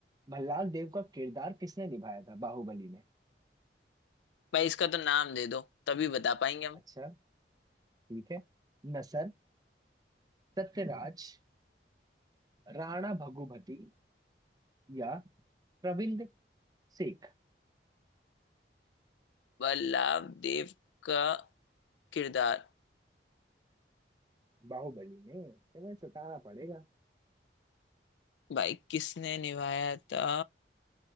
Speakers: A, on the right (about 20°); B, on the left (about 80°).
A: भल्लाल देव का किरदार किसने निभाया था बाहुबली में
B: भाई इसका तो नाम दे दो तभी बता पाएंगे हम
A: अच्छा ठीक है नसर सत्यराज राणा भगुभती या प्रविंद सेठ
B: वल्लभ देव का किरदार
A: बाहुबली में तुम्हें सताना पड़ेगा
B: भाई किसने निभाया था